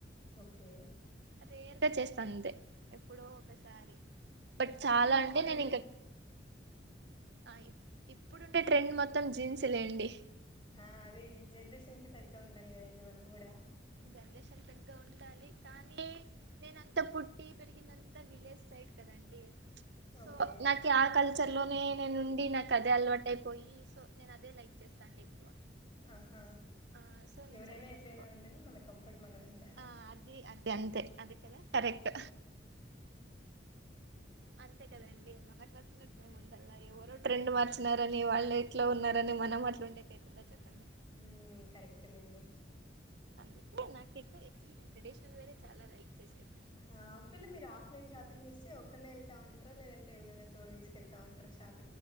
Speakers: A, on the left; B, on the right.
A: ఓకే
B: ఫ్రీ అంటే చెస అంతే ఎప్పుడో ఒకసారి బట్ చాలా
A: కానీ ఇప్పుడున్న
B: అంటే నేను ఇంక ఆ ఇప్పుడు ట్రెండ్ మొత్తం జీన్స్ తులేండి
A: ఆ అదే ఈ జనరేషన్ కి తగ్గ ఉండాలి కదండి మనం గుడా
B: జనరేషన్ తగ్గా ఉండాలి కానీ నేనంతా పుట్టి పెరిగిందంతా విలేజ్ సైడ్ కదండి సో
A: ఓకే
B: నాకు ఆ కల్ చర్లోనే నేనుండి నాకు అదే అలవాటైపోయి సో నేను అదే లైక్ చేస్తా అండి ఎక్కువ
A: ఆహా
B: ఆ సో నేను
A: ఎవరైనా
B: చాలా
A: ఎట్లైనా
B: తక్కువ
A: ఉండని మన కంఫర్ట్ మనదంటారా?
B: ఆ అది అది అంతే అది కదా కరెక్ట్
A: ఆ
B: అంతే కదండి మనకు నచ్చినట్టు మనం ఉండాల ఎవరో ట్రెండ్ మార్చినారని వాళ్ళు ఎట్లో ఉన్నారని మనం అట్లా ఉండేక కైతదా చెప్పండి
A: ఉ కరెక్టే లేండి
B: అందుకే నాకు ఎక్కువ యాక్చువల్లీ నేను ట్రెడిషనల్ వేరే చాలా లైక్ చేసేది
A: ఆ అంకుల్ మీరు ఆఫ్లైన్ షాపింగ్ చేసి అక్కళ వెళ్తా ఉంటారా లేదంటే ఎవరైనా తోడు తీసుకెళ్తా ఉంటార షాప్